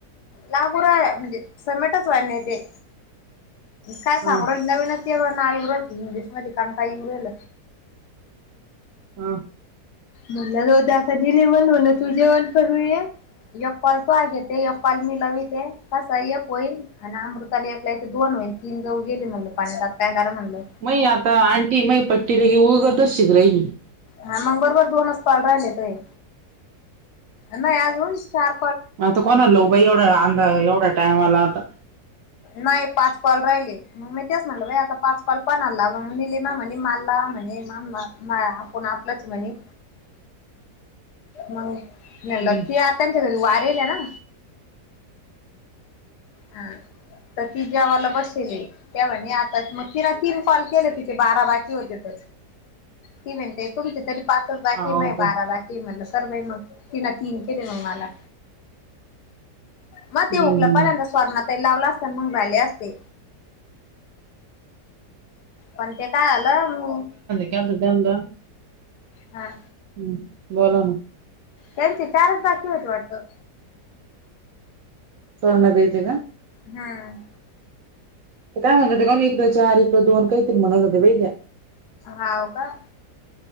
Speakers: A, on the left; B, on the right.
A: लागू रा म्हणजे सबमेटच वाढणे ते काय सांगर
B: हा
A: नवीनच ते ब ना उरलते इंग्लिश मध्ये कारण काही उरल
B: हा
A: मलाोद डिलेवण म्हलं तू जेवण करूया यगपाल तो घेते यगपाल मी लवीिते कसा एकक होईल आणि अमृताली एकला इथे दोन होईन तीन जाऊ गेले म्हणल पाण्यातात काय करा म्हणलं
B: मई आता आंटी मय पट्टी रगी उळग दर शग राहि म
A: हा मग बरोबर दोनच पाल राहिले तय नाही आज हो स्टार
B: आता कोणा लोई एवढा अंधा एवढा टायम आला आता
A: नाही पाच कॉल राहिले मग मी तेच म्हटलं बा आता पाच पाल पण आला निलीमा म्हणे माला म्हणे आपण च म्हणे मग
B: हम्म
A: ल त आ त्यांच्या घरी वारेल ना. हा तर ती जेवाला बसेल तेव्हा आता मग तिला तीन कॉल केले तिचे बारा बाकी होते ते. ती म्हणते तुमची तरी पाच जाखे
B: हाव
A: नाही
B: का
A: बारा लागे ते म्हणलं तर बाई मग तिन तीन केले मग मला मध्ये
B: हम्म
A: होकला पहिलंद अस. स्र्णात लावला असत मग झाले असते पण ते काय आलं मग.
B: केलत दंग
A: हा
B: हम् बोला ना.
A: त्यांचे चारच बाग किवती वाटतं
B: सोर्णमध्येयेत ना.
A: हम्म
B: काय म्हणतात का एकक चार एकक दोन काहीतरी म्हणत जात बै त्या्या
A: हाव का